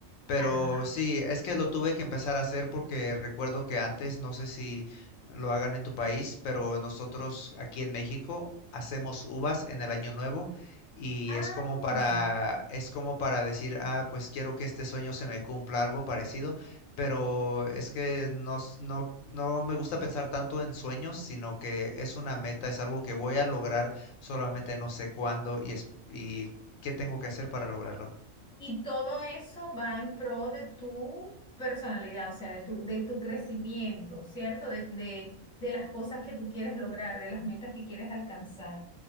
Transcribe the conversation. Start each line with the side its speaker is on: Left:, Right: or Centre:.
Left: Pero
Centre: Ajá.
Left: sí, es que lo tuve que empezar a hacer porque recuerdo que antes, no sé si lo hagan en tu país, pero nosotros aquí en México hacemos uvas en el año nuevo y
Centre: Ah.
Left: es como para, es como para decir, ah, pues quiero que este sueño se me cumpla, algo parecido pero es que no, s- no, no me gusta pensar tanto en sueños, sino que es una meta, es algo que voy a lograr, solamente no sé cuándo y, es, y qué tengo que hacer para lograrlo.
Centre: Y todo eso va en pro de tu personalidad, o sea, de tu, de tu crecimiento, ¿cierto? De, de, de las cosas que tú quieres lograr, de las metas que quieres alcanzar.